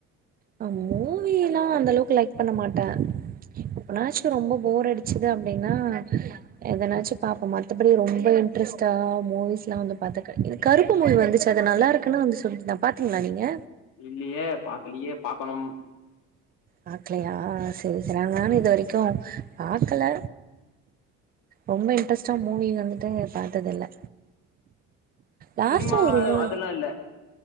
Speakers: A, on the right (about 30°); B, on the left (about 75°).
A: ஆ மூவி எல்லா அந்த அளவுக்கு லைக் பண்ண மாட்டே எப்பனாச்சும் ரொம்ப போர் அடிச்சுது அப்டின்னா எதனாச்சும் பாப்போ மத்தபடி ரொம்ப இன்ட்ரெஸ்ட்டா மூவிஸ்லா வந்து பாத்தக இது கருப்பு மூவி வந்துச்சு அதது நல்லா இருக்குன்னு வந்து சொல்லிட்டுருந்தாங்க பாத்தீங்களா நீங்க
B: இல்லியே பாக்கலியே பாக் கனும்
A: பாக்கலையா சேரி சேரி நானும் இது வரைக்கும் க்கு பாக்கல ரொம்ப இன்ட்ரெஸ்டா மூவி வந்துட்டு பாத்ததில்ல லாஸ்ட்
B: சினிமா
A: ஒரு மூ
B: அதெல்லா இல்ல